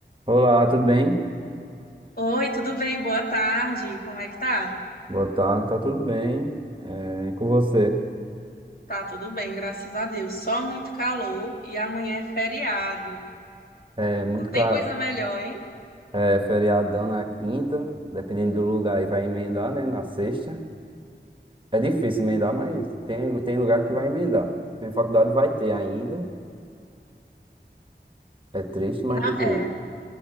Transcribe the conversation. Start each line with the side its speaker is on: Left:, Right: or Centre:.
Right: Olá, tudo bem?
Left: Oi, tudo bem? Boa tarde. Como é que tá?
Right: Boa tarde, tá tudo bem. É, e com você?
Left: Tá tudo bem, graças a Deus. Só muito calor e amanhã é feriado.
Right: É muito
Left: Não tem
Right: caro.
Left: coisa melhor, hein?
Right: É feriadão na quinta, dependendo do lugar, aí vai emendar, né? Na sexta. É difícil emendar, mas tem, tem lugar que vai emendar. Minha faculdade vai ter ainda. É triste, mas
Left: Na-
Right: tem que
Left: é,
Right: ir.